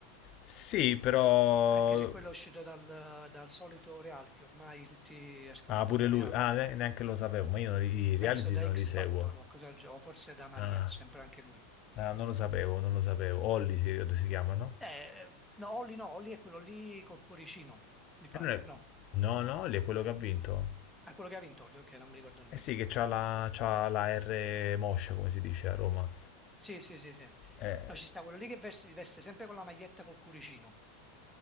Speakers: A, on the left; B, in the centre.
A: Sì, però...
B: anche se quello è uscito dal, dal solito reality, ormai tutti escono
A: Ah,
B: un po'
A: pure
B: dai
A: lui.
B: reality.
A: Ah, ne- neanche lo sapevo, ma io non li- i reality
B: Penso da
A: non li
B: X
A: seguo.
B: Factor o qualcosa del genere, o forse da Maria,
A: Ah,
B: sempre anche lui.
A: ah, non lo sapevo, non lo sapevo. Olli si, credo si chiama, no?
B: Eh, no, Olli no, Olli è quello lì col cuoricino, mi pare,
A: E non è...
B: no,
A: No,
B: no.
A: no, Olli è quello che ha vinto.
B: È quello che ha vinto Olli, ok, non mi ricordo nemmeno.
A: Eh sì, che c'ha la, c'ha la R moscia, come si dice a Roma.
B: Sì, sì, sì, sì.
A: Eh,
B: No, ci sta quello lì che veste, veste sempre con la maglietta col cuoricino.